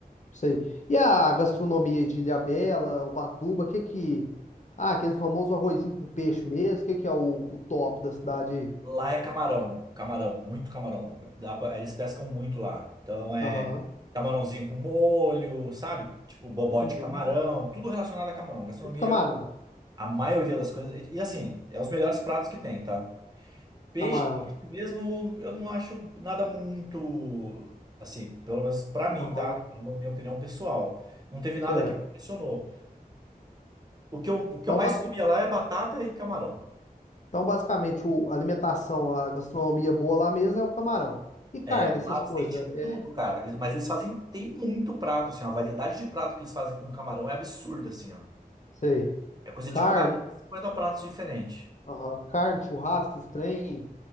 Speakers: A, on the left; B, on the right.
A: sei. E a gastronomia aí de Ilhabela, Ubatuba, o que que... Ah, aquele famoso arrozinho com peixe mesmo, o que que é o, o top da cidade aí?
B: Lá é camarão, camarão, muito camarão. Dá pra- eles pescam muito lá. Então é
A: Aham,
B: camarãozinho com molho, sabe? Tipo bobó
A: uhum.
B: de camarão, tudo relacionado a camarão. Gastronomia,
A: Tudo camarão,
B: a maioria das coisas. E e, assim, é os melhores pratos que tem, tá? Peixe,
A: camarão,
B: peixe mesmo, eu não acho nada muito, assim, pelo menos pra mim,
A: aham.
B: tá? Na minha opinião pessoal. Não teve
A: certo.
B: nada que me impressionou. O que eu, o que
A: Então,
B: eu mais comia lá é batata e camarão.
A: Então, basicamente, o- a alimentação, a gastronomia boa lá mesmo é o camarão. E carne,
B: É,
A: essas
B: lá eles
A: coisas.
B: têm de
A: É,
B: tudo, cara. Eles- Mas eles fazem, tem muito prato, assim, a variedade de prato que eles fazem com camarão é absurda, assim, ó.
A: sei.
B: É coisa
A: Carne,
B: de 40 50 pratos diferentes.
A: aham, carne, churrasco, esses trem.